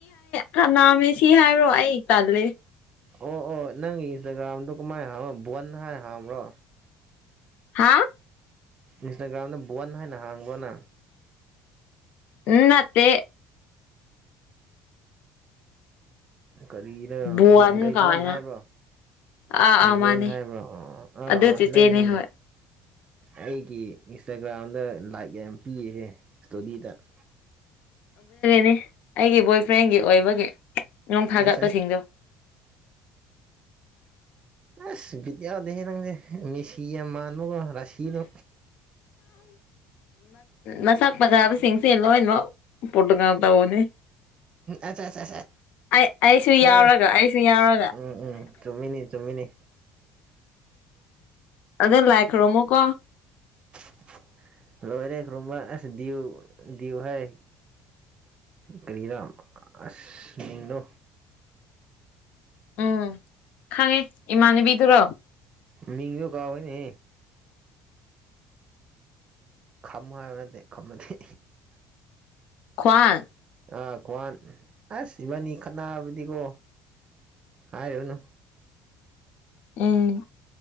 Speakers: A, on the left; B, on the right.
A: ꯀꯅꯥꯃꯦ ꯁꯤ ꯍꯥꯏꯕ꯭ꯔꯣ ꯑꯩ ꯇꯜꯂꯦ
B: ꯑꯣ ꯑꯣ ꯅꯪꯒꯤ ꯏꯟꯁꯇꯥꯒ꯭ꯔꯥꯝꯗꯣ ꯀꯃꯥꯏꯅ ꯍꯥꯡꯕꯅꯣ ꯕꯟ ꯍꯥꯏꯔ ꯍꯥꯡꯕ꯭ꯔꯣ
A: ꯍꯥꯥ
B: ꯏꯟꯁꯇꯥꯒ꯭ꯔꯥꯝꯗ ꯕꯟ ꯍꯥꯏꯅ ꯍꯥꯡꯕ꯭ꯔꯣꯅ
A: ꯎꯠꯇꯦ
B: ꯀꯔꯤꯅꯣ
A: ꯕꯨꯋꯥꯟ
B: ꯒꯩꯕꯣꯟ
A: ꯀꯥꯏꯅ
B: ꯍꯥꯏꯕ꯭ꯔꯣ
A: ꯑꯥ ꯑꯥ
B: ꯕꯣꯟ
A: ꯃꯥꯅꯦ
B: ꯍꯥꯏꯕ꯭ꯔꯣ ꯑꯥ
A: ꯑꯗꯨ
B: ꯑꯥ
A: ꯆꯦꯆꯦꯅꯤ
B: ꯅꯪꯅꯤꯅꯦ
A: ꯍꯣꯏ
B: ꯑꯩꯒꯤ ꯏꯟꯁꯇꯥꯒ꯭ꯔꯥꯝꯗ ꯂꯥꯏꯛ ꯌꯥꯝ ꯄꯤꯔꯤꯁꯦ ꯏꯁꯇꯣꯗꯤꯗ <inaudible>
A: ꯅꯤ ꯑꯩꯒꯤ ꯕꯣꯏ ꯐ꯭ꯔꯦꯟꯒꯤ ꯑꯣꯏꯕꯒꯤ ꯅꯣꯡ ꯊꯥꯒꯠꯄꯁꯤꯡꯗꯣ
B: ꯑ ꯑꯠ ꯕꯤꯠ ꯌꯥꯗꯦꯦ ꯅꯪꯁꯦ ꯃꯦꯁꯤ ꯌꯥꯝ ꯃꯥꯟꯕꯥꯟꯕꯒꯣ ꯔꯁꯤꯗꯣ
A: ꯃꯁꯥꯛ ꯄꯖꯥꯕꯁꯤꯡꯁꯦ ꯂꯣꯏꯅꯃꯛ ꯄ꯭ꯔꯣꯇꯣꯒ꯭ꯔꯥꯝ ꯇꯧꯧꯕꯅꯤ
B: ꯑꯆꯥ
A: ꯑꯩ ꯑꯩꯁꯨ
B: ꯍ
A: ꯌꯥꯎꯔꯒ ꯑꯩꯁꯨ ꯌꯥꯎꯔꯒ
B: ꯎꯝ ꯎꯝ ꯆꯃꯤꯅꯤ ꯆꯨꯃꯤꯅꯤ
A: ꯑꯗꯨꯗꯣ ꯂꯥꯏꯈ꯭ꯔꯣꯃꯣ ꯀꯣ
B: <inaudible> ꯍꯜꯂꯣꯔꯦ ꯈꯨꯔꯨꯝꯕ ꯑꯁꯌꯎ ꯌꯨ ꯍꯥꯏ ꯀꯔꯤꯔꯝ ꯑꯁꯅꯤꯅꯣ
A: ꯎꯝ ꯈꯪꯉꯦ ꯏꯃꯥꯟꯅꯕꯤꯗꯨꯔꯣ
B: ꯃꯤꯡꯗꯣ ꯀꯥꯎꯋꯦꯅꯦ ꯈꯝ ꯍꯥꯏꯕ ꯅꯠꯇꯦ ꯈꯝꯃꯗꯤ
A: ꯈ꯭ꯋꯥꯟ
B: ꯑꯥ ꯈ꯭ꯋꯥꯟ ꯑꯁ ꯏꯕꯥꯅꯤ ꯈꯠꯅꯔꯕꯗꯤꯀꯣ ꯍꯥꯏꯔꯨꯅꯨ
A: ꯎꯝ